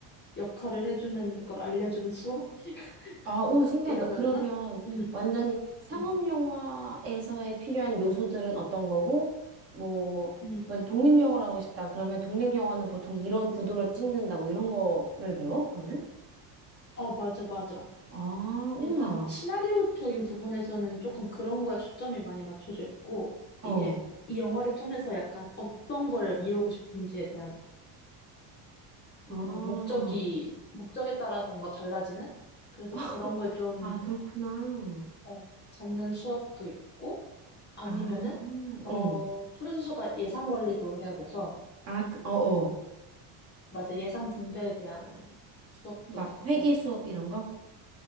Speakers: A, on the left; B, on the right.
A: 역할을 해주는 걸 알려주는 수업? <laughs>
B: 아, 오, 신기하다.
A: 이라고
B: 그러면
A: 해야 되나? 음,
B: 완전히 상업
A: 음,
B: 영화에서의 필요한 요소들은 어떤 거고, 뭐,
A: 음.
B: 뭐 독립 영화를 하고 싶다. 그러면 독립 영화는 보통 이런 구도로 찍는다. 뭐 이런 거를 배워? 그러면?
A: 어, 맞아, 맞아.
B: 아, 우와.
A: 일단 시나리오적인 부분에서는 조금 그런 거에 초점이 많이 맞춰져 있고,
B: 어.
A: 이게 이 영화를 통해서 약간 어떤 걸 이루고 싶은지에 대한
B: 아.
A: 그 목적이, 목적에 따라서 뭔가 달라지는? 그래서
B: <laughs>
A: 그런 걸 좀,
B: 아, 그렇구나.
A: 어, 잡는 수업도 있고, 아니면은,
B: 아,
A: 어,
B: 응.
A: 프로듀서가 예산 관리도 해야 돼서,
B: 아, 그- 어, 어.
A: 맞아, 예산 분배에 대한 수업도
B: 막
A: 듣고,
B: 회계 수업 이런 거?